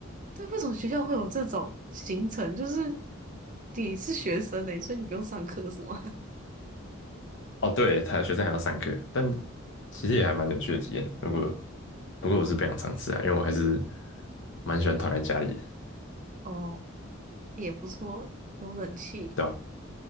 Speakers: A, on the right; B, on the left.
A: 对，为什么学校会有这种行程？就是你是学生呢，所以你不用上课是吗？
B: <laughs> 哦，对，他学生还要上课，但其实也还蛮有趣的体验。如果不过我是不想尝试啊，因为我还是蛮喜欢躺在家里的，
A: <laughs> 哦，也不错，有冷气。
B: 对吧？